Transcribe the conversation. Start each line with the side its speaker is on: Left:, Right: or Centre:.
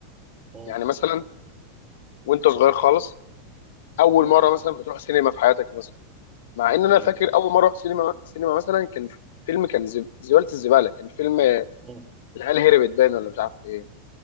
Right: مم.
Left: يعني مثلا وانت صغير خالص اول
Right: مم.
Left: مره مثلا بتروح سينما في حياتك مثلا مع ان
Right: مم.
Left: انا فاكر اول مره رحت سينما سينما مثلا كان فيلم كان زب- زباله الزباله كان فيلم
Right: مم.
Left: العيال هربت باين ولا مش عارف ايه